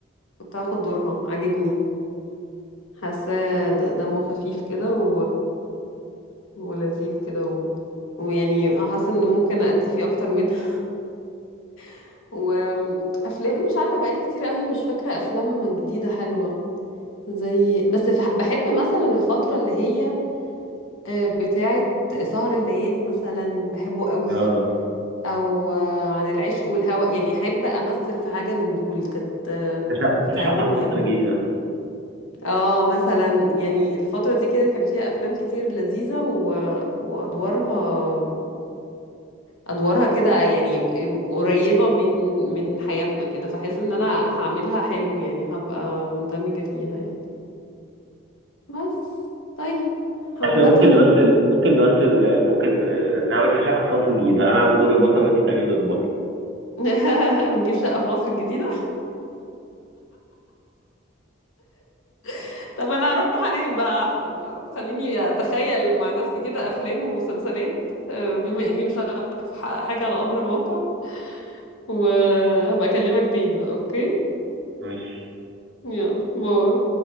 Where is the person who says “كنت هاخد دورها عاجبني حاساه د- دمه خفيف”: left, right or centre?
Left